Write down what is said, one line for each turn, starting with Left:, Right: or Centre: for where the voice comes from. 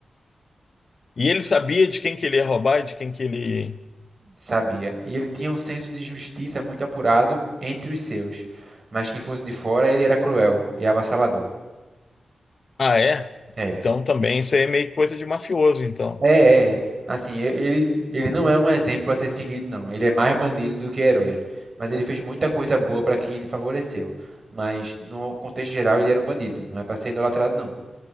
Left: E ele sabia de quem que ele ia roubar e de quem que ele.
Right: Sabia. E ele tinha um senso de justiça muito apurado entre os seus. Mas quem fosse de fora, ele era cruel e avassalador.
Left: Ah, é?
Right: É.
Left: Então também isso aí é meio coisa de mafioso, então.
Right: É, é, é. Assim, e- ele, ele não é um exemplo a ser seguido, não. Ele é mais bandido do que herói. Mas ele fez muita coisa boa para quem ele favoreceu. Mas, no contexto geral, ele era um bandido. Não é para ser idolatrado, não.